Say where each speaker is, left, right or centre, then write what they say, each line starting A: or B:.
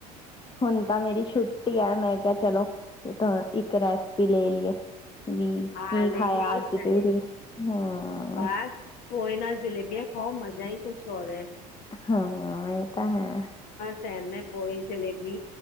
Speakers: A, on the left; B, on the left.
A: ਹੁਣ ਤਾਂ ਮੇਰੀ ਛੁੱਟੀ ਹੈ ਮੈਂ ਕਿਹਾ ਚਲੋ ਇੱਕ ਰੈਸਪੀ ਲਈਏ। ਵੀ
B: ਹਾਂ,
A: ਕੀ
B: ਨਹੀਂ
A: ਖਾਇਆ
B: ਨਹੀਂ।
A: ਅੱਜ
B: ਸਹੀ
A: ਤੁਸੀਂ ਹਾਂ
B: ਬਸ ਪੋਏ ਨਾਲ ਜਲੇਬੀ। ਹੋ ਮਜ਼ਾ ਹੀ ਕੁਛ ਹੋਰ ਐ।
A: ਹਾਂ, ਏ। ਤਾਂ ਹੈ।
B: ਹੈ ਨਾ ਪੋਏ ਜਲੇਬੀ।